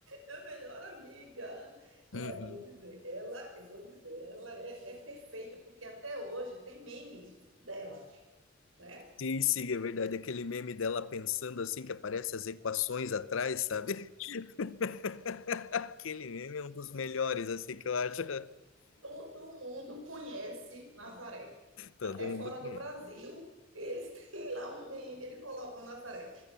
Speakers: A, on the right (about 80°); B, on the left (about 75°).
A: A melhor amiga. Olha,
B: Uhum.
A: vou dizer, ela, eu vou dizer, ela é, é perfeita, porque até hoje tem memes dela, né?
B: Sim, sim, é verdade. Aquele meme dela pensando assim, que aparece as equações atrás, sabe? <laughs> Aquele meme é um dos melhores, assim, que eu acho. <laughs>
A: Todo mundo conhece Nazaré.
B: Todo
A: Até fora
B: mundo conhece.
A: do Brasil, eles <laughs> têm lá um meme, eles colocam Nazaré.